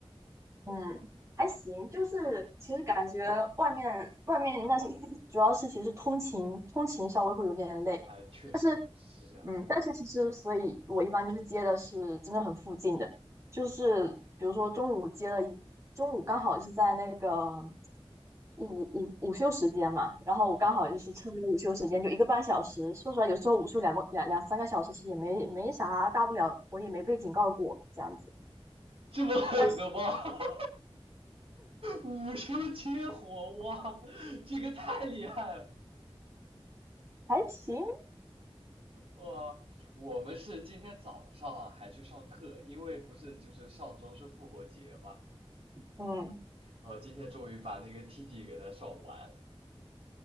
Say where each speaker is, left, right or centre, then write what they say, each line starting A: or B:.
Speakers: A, on the right; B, on the right.
A: 嗯，还行，就是其实感觉外面外面那些主要是其实通勤通勤稍微会有点累，
B: 哎，确实是这样
A: 但是嗯，但是其实所以我一般就是接的是真的很附近的，就是比如说中午接了一中午刚好是在那个午午午休时间嘛，然后我刚好就是趁这个午休时间就一个半小时，
B: 啊，
A: 说实话有时候午休两个两两三个小时其实也没没啥大不了，我也没被警告过这样子，
B: 这么狠的吗？
A: 但是
B: <laughs> 哈哈，午休切活，哇，这个太厉害了！
A: 还行，
B: 哇，我们是今天早上啊还去上课，因为不是就是上周是复活节嘛，
A: 嗯。
B: 然后今天终于把那个 TD 给它上完。